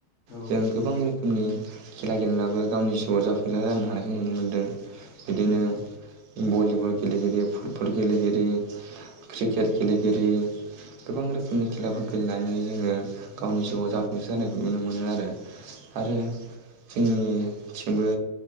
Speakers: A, on the left; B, on the right.
A: औ
B: जों गोबां रोखोम रनि खेला गेलेेनाबो गावनि जिउआव जाफुंसार जानो हानायखौ नुनो मोन्दों बिदिनो
A: उम
B: भलिबल गेलेगिरि फुटबल गेलेगिरि क्रिकेट गेलेगिरि गोबां रोखोमनि खेलाफोर गेलेनानै जोङो
A: औ
B: अ जाफुंसे जानायखौ नुनो मोनो आरो
A: उम
B: आरो जोंनिथिंबो